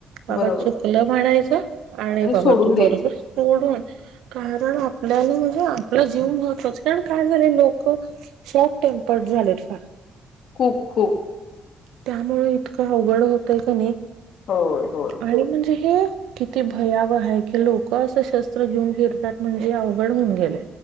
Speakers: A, on the right; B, on the left.
A: बाबा
B: बरोबर
A: चुकलं म्हणाायचं. आणि बाबा
B: सोडून
A: तू
B: द्यायचं.
A: बरोबर सोडून. कारण आपल्याला म्हणजे आपला जीव महत्वाच कारण काय झाले लोक शॉर्ट टेम्पर्ड. झाले फ.
B: कु खु.
A: त्यामुळे इतकं अवघड होतय का नाही.
B: होय होय.
A: आणि म्हणजे हे किती भयाव आहे की लोक असे शस्त्र घेऊन फिरतात म्हणजे अवघड होऊन गेले.